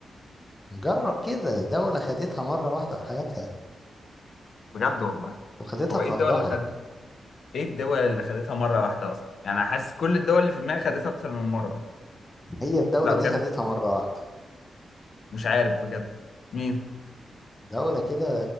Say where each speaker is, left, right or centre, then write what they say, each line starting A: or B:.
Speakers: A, on the left (about 20°); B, on the left (about 70°).
A: جرب كده دولة خدتها مرة واحدة في حياتها
B: بجد والله
A: وخدتها
B: هو
A: في
B: ايه الدول
A: أرضها
B: اللي خدت ايه الدول اللي خدتها مره واحده اصلا يعني أنا حاسس كل الدول اللي في دماغي خدتها اكتر من مره
A: هي الدولة
B: لا
A: دي
B: بجد
A: خدتها مرة واحدة
B: مش عارف بجد مين
A: دولة كده